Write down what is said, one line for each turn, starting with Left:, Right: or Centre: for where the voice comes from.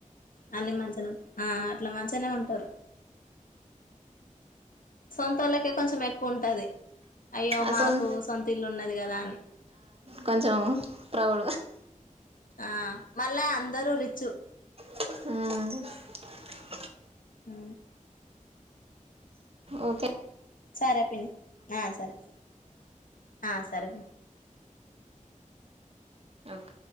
Left: అన్ని మంచిగా ఉంట ఆ అట్లా మంచిగానే ఉంటారు సొంత వాళ్ళకే కొంచెం ఎక్కువ ఉంటది అయ్యో
Right: అసలు
Left: మాకు సొంత ఇల్లు ఉన్నది కదా అని
Right: కొంచెం ప్రౌడ్
Left: ఆ మళ్ళా అందరూ రిచ్
Right: అ
Left: అ
Right: ఓకే
Left: సరే పిని ఆ సరే ఆ సరేండి
Right: ఓకే